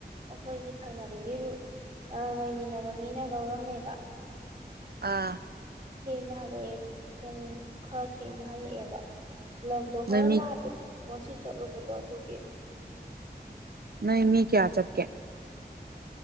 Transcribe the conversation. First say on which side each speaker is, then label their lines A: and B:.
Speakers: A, on the right; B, on the right.
A: ꯑꯩꯈꯣꯏꯒꯤ ꯊꯪꯅꯕꯒꯤ ꯔ ꯑ ꯂꯩꯃꯤꯟꯅꯕ ꯃꯤꯅ ꯂꯧꯔꯝꯃꯦꯕ
B: ꯑꯥ
A: ꯊꯦꯡꯅ ꯍꯜꯂꯛꯑꯦ ꯄꯨꯡ ꯈꯔ ꯊꯦꯡꯅ ꯍꯜꯂꯛꯑꯦꯕ ꯂꯝꯗꯣ ꯈꯔ
B: ꯅꯣꯏ ꯃꯤ
A: ꯂꯥꯞꯄꯦ ꯁꯤ ꯆꯠꯂꯨꯕꯗꯣ ꯑꯗꯨꯒꯤ
B: ꯅ‌ꯣꯏ ꯃꯤ ꯀꯌꯥ ꯆꯠꯀꯦ